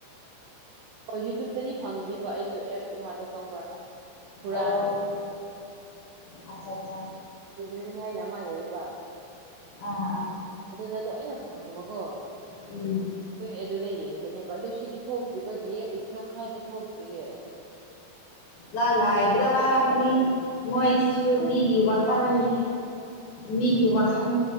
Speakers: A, on the right; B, on the left.
A: ꯑꯣ ꯌꯨꯇ꯭ꯌꯨꯕꯇꯗꯤ ꯐꯪꯗꯦꯕ ꯑꯩꯁꯨ ꯑꯦꯞ ꯑꯃꯥꯗꯣ ꯈꯪꯕ꯭ꯔꯥ ꯍꯨꯔꯥꯟ
B: ꯑꯣ ꯑꯠꯆꯥ ꯑꯠꯆꯥ
A: <unintelligible> <unintelligible> ꯍꯥꯏꯅ ꯑꯃ ꯂꯩꯌꯦꯕ
B: ꯑꯥ ꯑꯥ
A: ꯑꯗꯨꯗ ꯂꯣꯏꯅ ꯐꯪꯕꯀꯣ
B: ꯎꯝ
A: ꯑꯗꯨꯒꯤ ꯑꯗꯨꯗ ꯩ ꯌꯦꯡꯕꯅꯦꯕ ꯑꯗꯣ ꯁꯤꯗꯤ ꯊꯣꯛꯇ ꯈꯣꯏꯒꯤ ꯏꯄꯤꯁꯣꯠ ꯈꯔꯗꯤ ꯊꯣꯛꯇ꯭ꯔꯤꯌꯦ ꯑꯗꯨ
B: ꯅꯪ ꯉꯥꯏꯕꯗ ꯋꯥꯔꯝꯃꯅꯤ ꯃꯣꯏꯁꯤꯁꯨ
A: ꯑꯁ
B: ꯃꯤꯒꯤ ꯋꯥꯈꯜ
A: ꯋꯥꯏꯌꯦ
B: ꯃꯤꯒꯤ ꯋꯥꯈꯜ